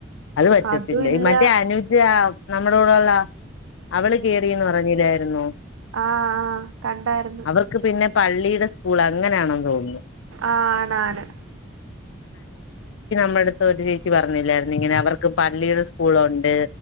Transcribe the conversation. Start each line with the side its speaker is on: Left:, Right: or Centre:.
Left: അത് പറ്റത്തില്ല
Right: അതും ഇല്ല
Left: മറ്റേ അനുജ നമ്മുടെ കൂടെള്ള അവള് കേറീന്ന് പറഞ്ഞില്ലായിരുന്നോ
Right: ആ ആ കണ്ടായിരുന്ന്.
Left: അവർക്ക് പിന്നെ പള്ളിയുടെ സ്കൂൾ അങ്ങനാണെന്ന് തോന്നുന്നു.
Right: ആഹ് ആണാണ്
Left: നമ്മടുത്ത് ഒരു ചേച്ചി പറഞ്ഞില്ലായിരുന്നു ഇങ്ങനെ അവർക്ക് പള്ളിയുടെ സ്കൂളുണ്ട്.